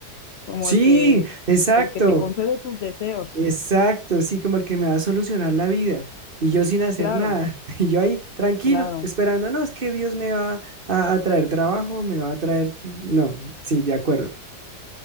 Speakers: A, on the left; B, on the right.
A: Como
B: Sí,
A: el que,
B: exacto.
A: el que te concede tus deseos.
B: Exacto, sí, como el que me va a solucionar la vida. Y yo sin hacer
A: Claro,
B: nada. <laughs> Y yo ahí tranquilo,
A: claro.
B: esperando, no, es que Dios me va a, a traer trabajo, me va a traer... No, sí, de acuerdo.